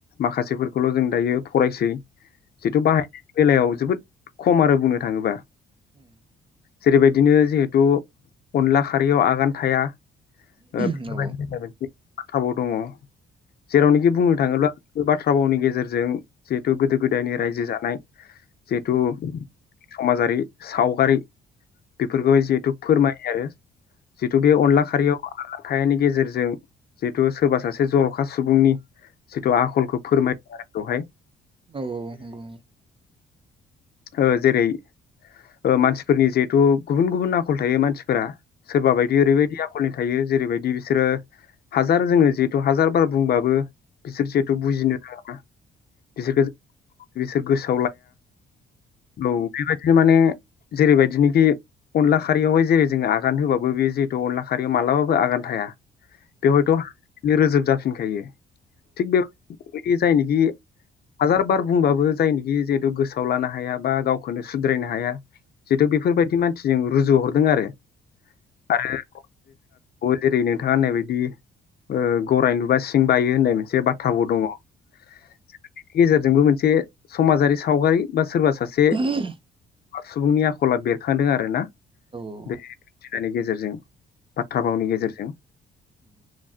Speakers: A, on the left (about 50°); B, on the right (about 25°).
A: माखासेफोरखौल' जों दायो फरायसै जिथु बाहाय बेलायाव जोबोद खम आरो बुंनो। थाङोबा
B: ओम
A: जेरैबायदिनो जिहेथु अनला खारैयाव आगान थाया। <unintelligible>
B: नंगौ
A: थाबाव दङ। जेरावनोखि बुंनो थाङोब्ला बे बाथ्रा भावनि गेजेरजों जिहेथु गोदो गोदायनि रायजो जानाय। जेथु समाजारि सावगारि बेफोरखौ जिहेतु फोरमाय आरो जिथु बे अनला खारैयाव <unintelligible> गेजेरजों जिहेथु सोरबा सासे जर'खा सुबुंनि। जिथु आखलखौ फोरमायदों आरो। दहाय।
B: औ औ नंगौ।
A: ओ जेरै ओ मानसिफोरनि जिहेथु गुबुन गुबुन आखल थायो मानसिफोरा सोरबा बायदि ओरैबायदि आखलनि थायो जेरैबायदि बिसोरो हाजार जोङो जिहेतु हाजार बार बुंबाबो। बिसोर जिहेथु बुजिनो नाङा <unintelligible> बिसोरखौ बिसोर गोसो <unintelligible> औ <unintelligible> बि माने जेरैबायदिनोखि अनला खारियावहाय जेरै जोङो आगान होबाबो बेयो जिहेतु अनला खारियाव मालाबाबो आगान थाया। बेवहायथ' रोजोब जाफिनखायो। थिग बे जायनिखि हाजार बार बुंबाबो जायनिखि जिहेतु गोसोआव लानो हाया। बा गावखौनो सुद्रायनो हाया। जितु बेफोरबायदि मान जों रुजुहरदों आरो। <unintelligible> जेरै नोंथाङा होननाय बायदि ओ गराय नुबा सिं बायो होननाय से बाथ्राबो दङ जों बेनि गेजेरजों जोंबो मोनसे समाजारि सावगारि बा सोरबा। सासे
B: <inaudible>
A: सुबुंनि आखला बेरखांदों आरो ना।
B: औ औ।
A: बे नि गेजेरजों बाथ्रा भावनि गेजेरजों
B: उम